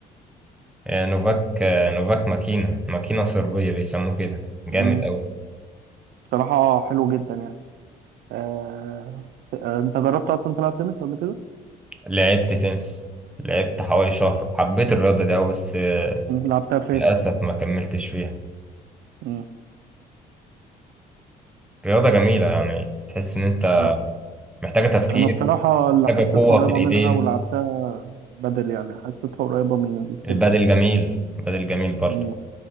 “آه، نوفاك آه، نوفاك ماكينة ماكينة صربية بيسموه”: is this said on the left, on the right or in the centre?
Centre